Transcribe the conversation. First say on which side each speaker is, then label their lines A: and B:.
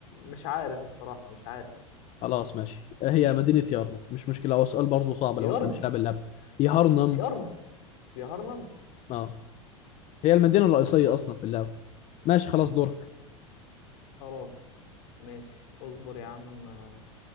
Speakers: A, on the left; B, on the left.
A: مش عارف الصراحة مش عارف
B: خلاص ماشي آه، هي مدينه يارنم مش مشكله هو سؤال برضه صعب لو
A: يرض
B: انت مش لاعب اللعبه يهارنم
A: يرض يهرنم
B: اه هي المدينة الرئيسية
A: مم.
B: أصلا في اللعبة ماشي خلاص دورك
A: خلاص ماشي اصبر يا عم آه،